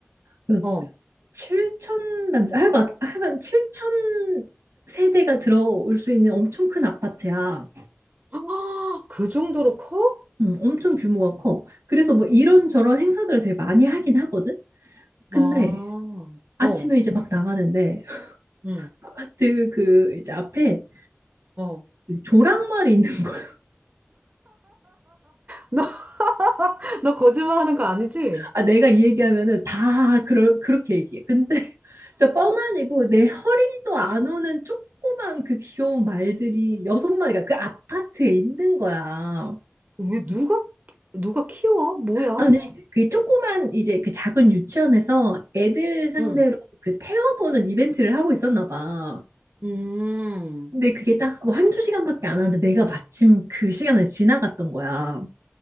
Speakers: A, on the right; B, on the right.
A: 몇
B: 어.
A: 7천 단지, 아, 하여간, 하여간 7천 세대가 들어올 수 있는 엄청 큰 아파트야.
B: 아, 그 정도로 커?
A: 음, 엄청 규모가 커. 그래서 뭐 이런저런 행사들을 되게 많이 하긴 하거든? 근데
B: 아,
A: 아침에
B: 어,
A: 이제 막 나가는데
B: 응,
A: 아파트 그 이제 앞에
B: 어.
A: 조랑말이 있는 거야.
B: 너, <laughs> 너 거짓말하는 거 아니지?
A: 아, 내가 이 얘기하면은 다 그러, 그렇게 얘기해. 근데 <laughs> 진짜 뻥 아니고 내 허리도 안 오는 조그만 그 귀여운 말들이 여섯 마리가 그 아파트에 있는 거야.
B: 왜 누가? 누가 키워? 뭐야?
A: 아니, 그 조그만 이제 그 작은 유치원에서 애들 상대로
B: 응,
A: 그 태워보는 이벤트를 하고 있었나 봐.
B: 음,
A: 근데 그게 딱 뭐 한두 시간밖에 안 하는데 내가 마침 그 시간을 지나갔던 거야.